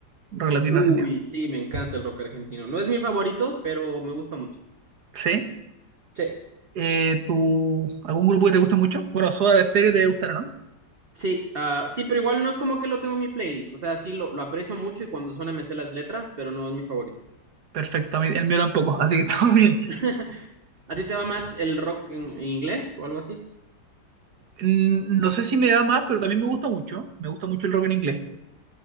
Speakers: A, on the right; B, on the right.
A: rock latino
B: Uy,
A: argentino.
B: sí, me encanta el rock argentino. No es mi favorito, pero me gusta mucho.
A: ¿Sí?
B: Sí,
A: Eh, ¿tú, algún grupo que te guste mucho? Bueno, Soda Stereo te gustará, ¿no?
B: sí, ah, sí, pero igual no es como que lo tengo en mi playlist. O sea, sí, lo, lo aprecio mucho y cuando suena me sé las letras, pero no es mi favorito.
A: Perfecto, a mí- el mío tampoco, así que <laughs> estamos bien.
B: <laughs> ¿A ti te va más el rock en, en inglés o algo así?
A: Mm, No sé si me da más, pero también me gusta mucho. Me gusta mucho el rock en inglés.